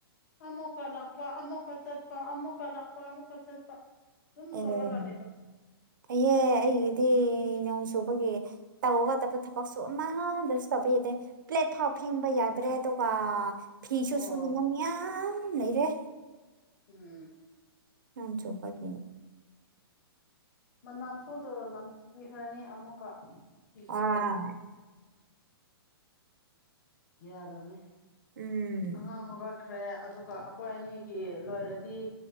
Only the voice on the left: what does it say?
ꯑꯃꯣ ꯀ ꯂꯥꯛꯄ ꯑꯃꯣ ꯀ ꯆꯠꯄ ꯑꯃꯣ ꯀ ꯂꯥꯛꯄ ꯑꯃꯨꯛꯀ ꯆꯠꯄ ꯑꯗꯨꯝ
ꯇꯧꯔꯒ ꯂꯩꯕ
ꯑꯣ
ꯎꯝ
ꯃꯅꯝ ꯁꯨꯗꯧꯣ ꯅꯝꯊꯤꯈ꯭ꯔꯅꯤ ꯑꯃꯨꯛꯀ ꯐꯤ
ꯁꯨꯔꯗꯤ ꯌꯥ ꯌꯥꯗꯔꯅꯤ
ꯑꯉꯥꯡ ꯍꯒ ꯈ꯭ꯔꯦ ꯑꯗꯨꯒ ꯑꯩꯈꯣꯏ ꯑꯅꯤꯒꯤ ꯂꯣꯏꯔꯗꯤ